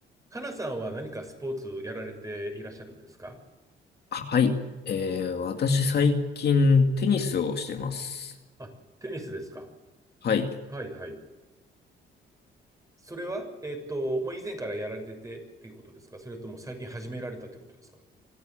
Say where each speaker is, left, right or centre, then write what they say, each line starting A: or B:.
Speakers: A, on the right (about 15°); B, on the left (about 55°).
A: かなさんは何かスポーツやられていらっしゃるんですか
B: はい。えー、私最近テニスをしてます。
A: あ、テニスですか。
B: はい。
A: はいはい。それは、えっと、もう以前からやられててっていうことですかそれとも最近始められたってことですか